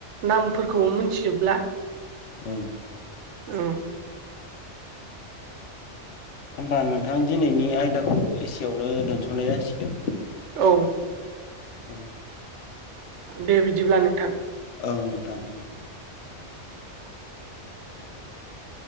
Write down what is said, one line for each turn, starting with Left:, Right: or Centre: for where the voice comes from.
Right: नामफोरखौ मोनथिजोबला
Left: औ
Right: औ
Left: होमबा नोंथां दिनैनि आयदाखौ एसेयावनो दोनथ'नाय जासिगोन।
Right: औ
Left: औ
Right: दे बिदिब्ला नोंथां
Left: ओं नोंथां <inaudible>